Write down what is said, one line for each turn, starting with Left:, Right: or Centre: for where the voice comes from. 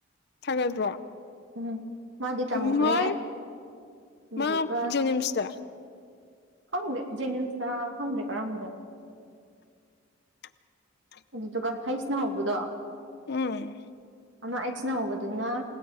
Left: ꯣ
Right: ꯎꯝ ꯃꯥꯗꯤ ꯇꯝꯈ꯭ꯔꯦ
Left: ꯏꯃ
Right: ꯑꯗꯨꯗꯨꯒ
Left: ꯃꯥ ꯖꯅꯤꯝꯁꯗꯔ
Right: ꯈꯪꯗꯦ ꯖꯦꯅꯤꯝꯁꯇ ꯈꯪꯗꯦ ꯀꯔꯝꯕꯗꯅꯣ
Left: <unintelligible>
Right: ꯑꯗꯨꯗꯨꯒ ꯍꯩꯁꯅ ꯍꯧꯕꯗꯣ
Left: ꯎꯝ
Right: ꯑꯃ ꯑꯦꯆꯅꯥ ꯍꯕꯣꯗꯨꯅ